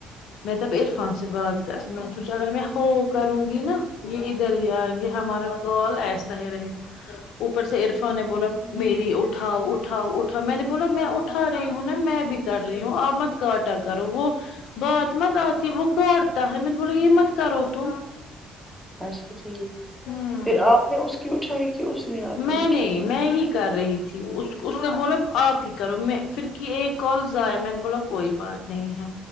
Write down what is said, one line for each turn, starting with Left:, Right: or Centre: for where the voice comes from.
Left: میں تب عرفان سے بات کرتی میں نے سوچا اگر میں ہو کروں گی نا یہ ادھر ہی آئیں گے ہمارا کال ایسا ہی رہے گا اوپر سے عرفان نے بولا میری اٹھاؤ اٹھاؤ اٹھاؤ میں نے بولا میں اٹھا رہی ہوں نا میں بھی کر رہی ہوں آپ مت کاٹا کرو وہ بات مت آتی وہ کرتا ہے میں نے بولی یہ مت کرو تم
Centre: اچھا ٹھیک
Left: ہمم
Centre: پھر آپ نے اس کی اٹھائی کہ اس نے آپ
Left: میں
Centre: کی اٹھائی
Left: نہیں میں ہی کر رہی تھی اس نے بولا آپ ہی کرو میں پھر کی ایک کال ضایع میں نے بولا کوئی بات نہیں ہے